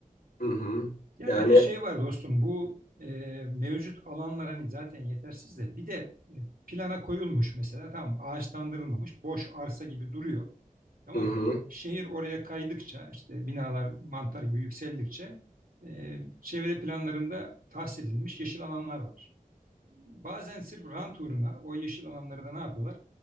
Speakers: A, on the left; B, on the right.
A: Hı hı.
B: Yani
A: Yani
B: bir de şey var dostum bu e, mevcut alanlar hani zaten yetersiz de bir de e, plana koyulmuş mesela tamam ağaçlandırılmamış boş arsa gibi duruyor. Tamam
A: hı hı.
B: mı? Şehir oraya kaydıkça işte binalar mantar gibi yükseldikçe e, çevre planlarında tahsis edilmiş yeşil alanlar var. Bazen sırf rant uğruna o yeşil alanları da ne yapıyorlar?